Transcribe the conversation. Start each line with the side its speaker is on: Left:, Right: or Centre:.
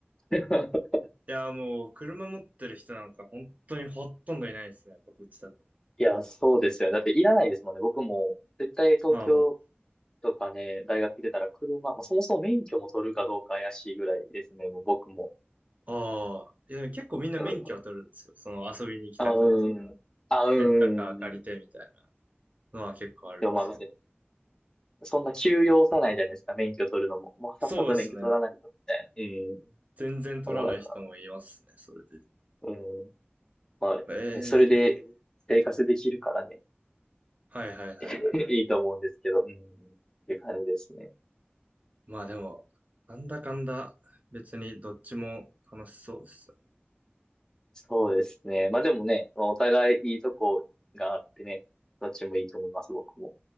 Left: <laughs>
Right: いやー、もう、車持ってる人なんか本当にほとんどいないですね。やっぱこっちだと。
Left: いやー、そうですよね。だっていらないですもんね。僕も、絶対東京
Right: まあま
Left: とかね、大学出たら車、まあ、そもそも免許も取るかどうか怪しいぐらいですね。もう僕も。
Right: あ。ああ。いや、結構みんな免許は取るんですよ。
Left: うん
Right: その遊びに行きたくて。
Left: あ、うん。あ、うん。
Right: レンタカー借りてみたいなのは結構あるんですけど。
Left: でもまあ、そんな急要さないじゃないですか、免許取るのも。もうさっさと免許取らないと、
Right: そうですね。
Left: みたいな。うん。
Right: 全然取らない人もいますね、
Left: もうなんか、
Right: それで。
Left: うん。まあ、
Right: ええ
Left: ね、それで生活できるからね、
Right: はいはいはいはい。
Left: <laughs> いいと思うんですけど、うん。っていう感じですね。
Right: まあでも、なんだかんだ、別にどっちも楽しそうですよね。
Left: そうですね。まあでもね、まあお互いいいとこがあってね、どっちもいいと思います、僕も。